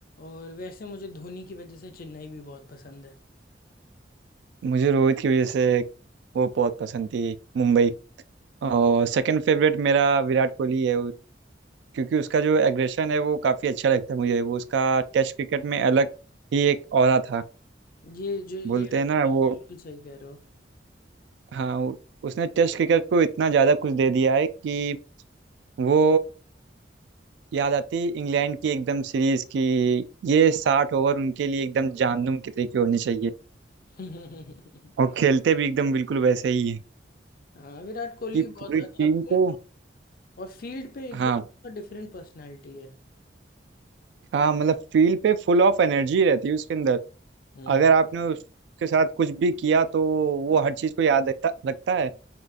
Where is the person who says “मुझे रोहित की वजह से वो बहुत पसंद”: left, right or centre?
Right